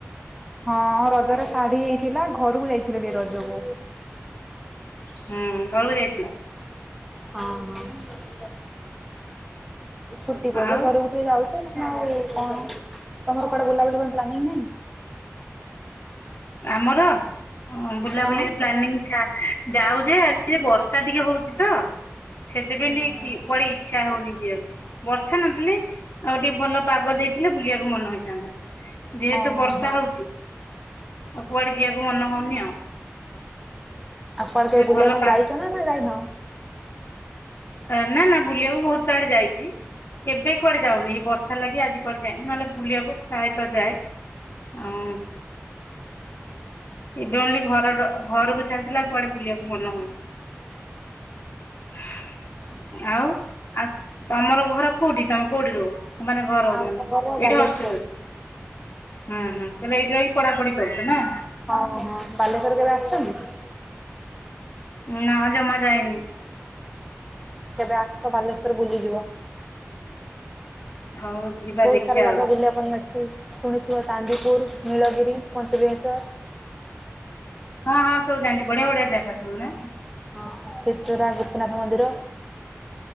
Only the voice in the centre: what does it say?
ହଁ ରଜରେ ଶାଢୀ ହେଇଥିଲା ଘରକୁ ଯାଇଥିଲି ଟିକେ ରଜକୁ।
ହଁ ହଁ। ଛୁଟି ପଇଲେ
ଘରକୁ ଟିକେ ଯାଉଚି ନହେଲେ ଆଉ କଣ ତମର କୁଆଡେ ବୁଲାବୁଲି ପାଇଁ ପ୍ଲାନିଂ ନାହିଁ।
ହଁ।
ହୁଁ
ହୁଁ।
ଓହୋ
ଆଉ କୁଆଡ଼େ କେବେ ବୁଲିବାକୁ
ଯାଇଚ ନା ଯାଇନ।
<inaudible>
ଆମ
ଘର ବାଲେଶ୍ଵର
ହଁ ହଁ ବାଲେଶ୍ୱର କେବେ ଆସିଚନ୍ତି।
କେବେ ଆସ ବାଲେଶ୍ଵର ବୁଲିଯିବ।
ବହୁତ
ସାରା ଜାଗା
ବୁଲିବା ପାଇଁ ଅଛି ଶୁଣିଥିବ ଚାନ୍ଦିପୁର ନୀଳଗିରି ପଞ୍ଚେଲିଙ୍ଗେଶ୍ୱର୍।
ହଁ କ୍ଷୀରଚରା ଗୋପୀନାଥ ମନ୍ଦିର।